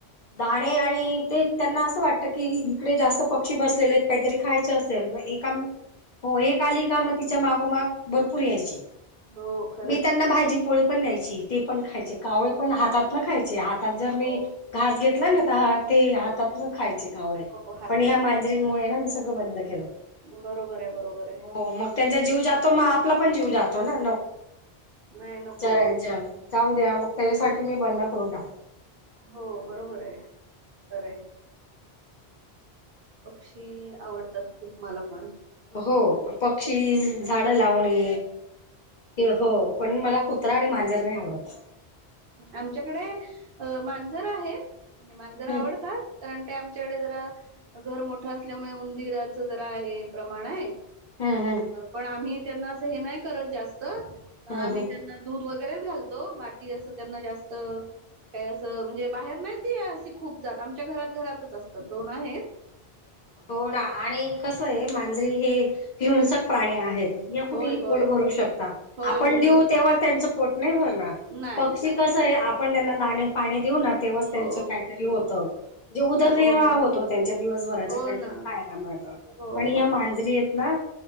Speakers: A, on the left; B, on the right.
A: दाणे आणि ते त्यांना असं वाटत की इकडे जास्त पक्षी बसलेले आहेत काहीतरी खायचे अस मग ए हो एक आली का मग तिच्या मागोमाग भरपूर यायचे.
B: हो खरंच.
A: मी त्यांना भाजी पोळी पण द्यायची ते पण खायचे कावळे पण हात न खायचे हात हात जर मी
B: हो
A: घास घेतला ना तर ते हातात खायचे.
B: हो हातात
A: पण ह्या मांजरींमुळे ना. सगळं बंद केलं.
B: बरोबर आहे बरोबर आहे
A: हो मग त्यांचा जीव जातो, मग आपला पण जीव जातो ना.
B: नाही नको
A: बिचाऱ्यांच्या
B: नको
A: जाऊ द्या मग त्याच्यासाठी मी बंद करून टाक.
B: हो बरोबर आहे. खर आहे. पक्षी आवडतात खूप मला पण
A: हो पक्षी झाड लावणे कि हो पण मला फ कुत्रा आणि मांजर नाही आवडत.
B: आमच्याकडे अ मांजर आहेत. म्हंजे मांजरा
A: हम्म
B: आवडतात कारण ते आमच्याकडे जरा घर मोठं असल्यामुळे उंदीराच जरा आहे प्रमाण आहे.
A: हम्म हम्म
B: पण आम्ही त्यांना अस हे नाही करत जास्त,
A: हम्म
B: आम्ही
A: हम्म
B: त्यांना दूध वगैरेच घालतो बा कि असं त्यांना जास्त काय असं म्हणजे बाहेर नाही त असे खूप जात आमच्या घरात घरातच असतात दोन आहेत.
A: होना आणि कस आहे मांजरी हे हिंसक प्राणी आहेत या कुठेही
B: होय होय
A: पोट भरू शकता.
B: होय
A: आपण
B: होय
A: देऊ तेव्हा त्यांच नाही भरणार.
B: नाही
A: पक्षी
B: नाही
A: कस आहे, आपण त्यां पा देऊ ना तेव्हाच
B: हो
A: त्यांच काहीतरी होत ज उदरनिर्वाह
B: हो ना
A: होतो त्यांच्या दिवसभराच्या
B: हो
A: काहीतरी
B: ना
A: खायला मिळत
B: हो
A: पण ह्या मांजरी आहेत ना